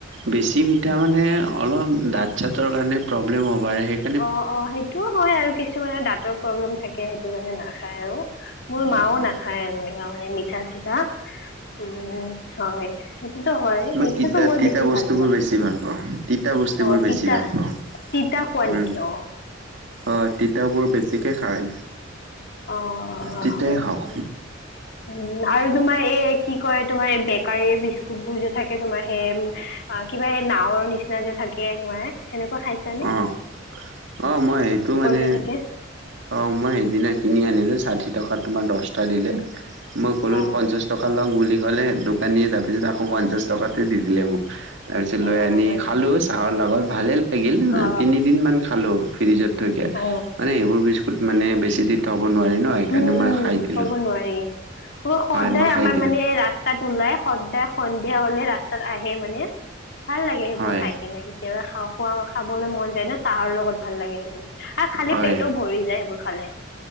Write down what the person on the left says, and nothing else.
অ', অ' সেইটোও হয় আৰু কিছুমানৰ দাঁতৰ প্ৰব্লেম থাকে সেইটো কাৰণে নাখায় আৰু। মোৰ মাও
নাখায় এনেকুৱা মানে মিঠা চিঠা উম হয়। সেইটো হয়
মিঠাটো
মই
বেছি
ভাল পাওঁ
অ'
তিতা।
তিতা খোৱা
নি কিয়।
অ'
হয়
নেকি উম আৰু তোমাৰ এই কি কয় তোমাৰ এই বেকাৰী বিস্কুট বোৰ যে থাকে তোমাৰ সেই কিবা এই নাাৱৰ নিচিনা যে থাকে তোমাৰ সেনেকুৱা খাইছ নে?
যে থাকে
অ
অ
হয়
নেকি
অ
অ
উম,
উম
থব নোৱাৰি মই সদায়
আমাৰ
মানে এই ৰা ৰাস্তাত ওলাই সদা সন্ধিয়া হলে ৰাস্তাত আহে মানে ভাল লাগে সেইবোৰ
খাই কিনি। কেতিয় খাও খোৱা খাবলৈ মন যায় ন চাহৰ লগত ভাল লাগে সেইটো। আৰু খালি
পেটও ভৰি যায় সেইবোৰ খালে।